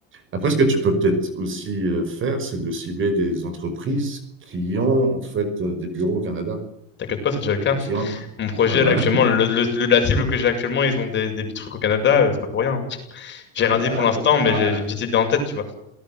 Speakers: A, on the right (about 35°); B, on the left (about 30°).
A: Après, ce que tu peux peut-être aussi euh, faire, c'est de cibler des entreprises qui ont en fait euh, des bureaux au Canada
B: t'inquiète pas, c'est déjà le cas.
A: et qui ont...
B: Mon projet
A: Voilà.
B: là actuellement, le, le- le- la cible que j'ai actuellement, ils ont des, des petits trucs au Canada, euh, c'est pas pour rien. hein. J'ai rien
A: <laughs> D'accord,
B: dit pour l'instant,
A: voilà.
B: mais j'ai j'ai une petite idée en tête, tu vois.